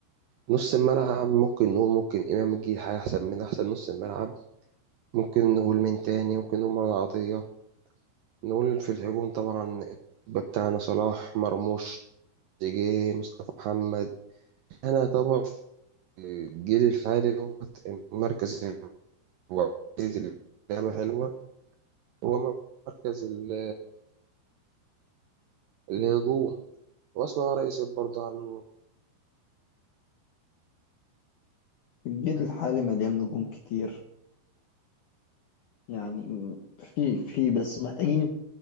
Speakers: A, on the right; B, on the left.
A: نص الملعب ممكن نقول ممكن إمام يجي هيحسب من أحسن نص الملعب ممكن نقول من تاني ممكن نقول مرة عطية نقول في الهجوم طبعا الطب بتاعنا صلاح مرموش تريزيجيه مصطفى محمد أنا طبعا في الجيل الحالي دوت المركز الوحيد اللي لعبة حلوة هو مركز ال- الهجوم وأسمع رئيس برضه عن
B: الجيل الحالي مليان نجوم كتير يعني في في بس محتاجين